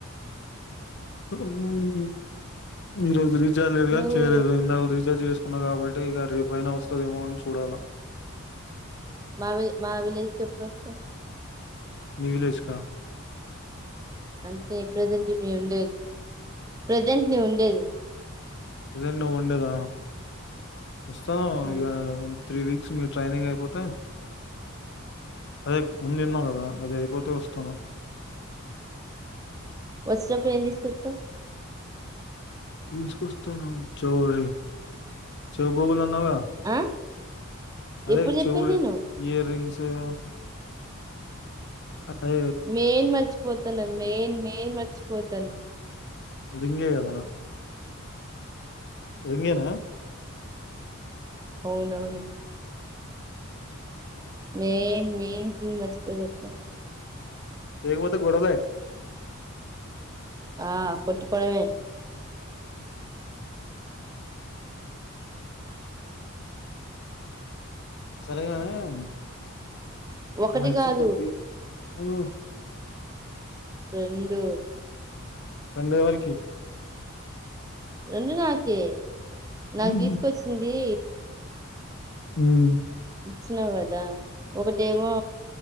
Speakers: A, on the left (about 55°); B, on the right (about 15°).
A: మ్మ్ <unintelligible>
B: నువ్వు
A: <unintelligible> చేయలేదు ఇందాక రీజార్ చే ఉన్నా కాబట్టి ఇక రేపుయినా వస్తుందేమో అని చూడాలా
B: మావి మా విలేజ్ కి ఎప్పుడు వస్తావ్
A: మీ విలేజ్ క
B: అంతే ప్రజెంట్ ఇప్పు ఉండేది ప్రజెంట్ నే ఉండేది
A: ప్రెసెంట్ నువ్వు ఉండేదా వస్తాను
B: ఆ
A: ఇక త్రీ వీక్ మీ ట్రైనింగ్ అయిపోతే అదే ముందున్నా కదా అది అయిపోతు <unintelligible>
B: వచ్చేటపుడు ఏం తీసుకొస్తావ్
A: తీసుకొస్తాను చోరి <unintelligible> అ
B: ఆ
A: అదే
B: ఎప్పుడు చెప్పాను
A: చెవులు
B: నేను
A: ఇయర్ రింగ్స్ <unintelligible> అదే
B: మైన మంచ్ పోతాను మెయిన్ మెయిన్ మర్చిపోతాను
A: రింగే కదా రింగేనా
B: అవును అవును మెయిన్ మెయిన్ సీన్ నీ మర్చిపోతే ఎట్లా
A: చేయకపోతే గొడవే
B: ఆ కొట్టుకోవడమే
A: సరేగాని
B: ఒకటి
A: మార్చి
B: కాదు
A: బొబ్బి హ్మ్
B: రెండు
A: రెండేవరేకి
B: రెండు నాకే నా
A: ఉమ్
B: గీతకొచ్చింది
A: హమ్
B: ఇచ్చినావు కదా ఒకటేమో